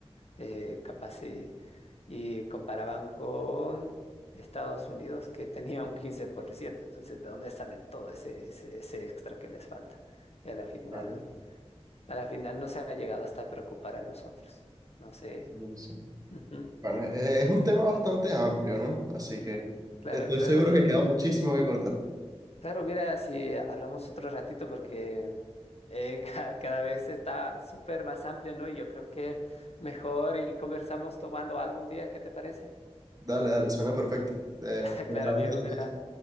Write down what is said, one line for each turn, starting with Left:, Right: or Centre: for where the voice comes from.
Left: eh, capaz y, y comparaban con Estados Unidos que tenía un quince por ciento Entonces, ¿de dónde sale todo ese, ese, ese extra que les falta? Y a la final,
Right: Claro,
Left: a la final nos ha llegado hasta preocupar a nosotros. No sé.
Right: yo sí.
Left: Ujú.
Right: Bueno, e- es, un tema bastante amplio, ¿no? Así que
Left: Claro,
Right: estoy
Left: claro.
Right: seguro que queda muchísimo que cortar.
Left: Claro, mira, si hablamos otro ratito, porque eh, <laughs> ca- cada vez está súper más amplio, ¿no? Y yo creo que mejor y conversamos tomando algún día, ¿qué te parece?
Right: Dale, dale, suena perfecto. Eh,
Left: <laughs>
Right: cuadramos
Left: Claro, amigo,
Right: después.
Left: mira,